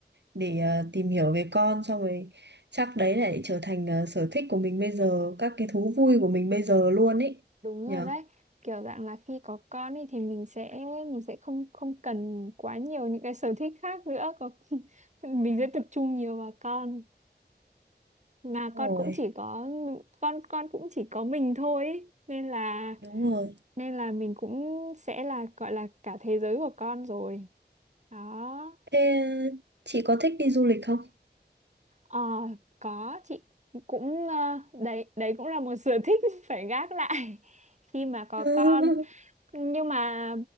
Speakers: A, on the right; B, on the right.
A: để à, tìm hiểu về con xong rồi chắc đấy lại trở thành à, sở thích của mình bây giờ, các cái thú vui của mình bây giờ luôn ấy.
B: đúng rồi
A: Nhở?
B: đấy kiểu dạng là khi có con ấy thì mình sẽ mình sẽ không không cần quá nhiều những cái sở thích khác nữa có <laughs> mình
A: Ừ.
B: sẽ tập trung nhiều vào con mà con
A: Đúng rồi,
B: cũng chỉ có con con cũng chỉ có mình thôi ý. nên là
A: đúng rồi.
B: nên là mình cũng sẽ là gọi là cả thế giới của con rồi đó
A: Thế à, chị có thích đi du lịch không?
B: ờ, có chị cũng ờ, đấy đấy cũng là một sở thích <laughs> phải gác lại khi mà có
A: <laughs>
B: con nhưng mà